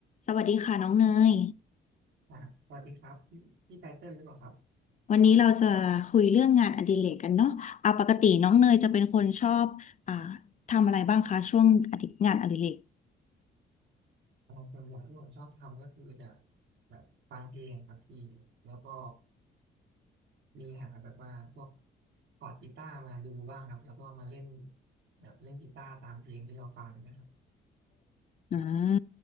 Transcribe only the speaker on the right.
อ่าสวัสดีครับพี่พี่ไตเติ้ลหรือเปล่าครับ
อ่าส่วนใหญ่ที่ผมชอบทำก็คือจะแบบฟังเพลงครับพี่แล้วก็มีหาแบบว่าพวกคอร์ดกีตาร์มาดูบ้างครับแล้วก็มาเล่นแบบเล่นกีตาร์ตามเพลงที่เราฟังนะครับ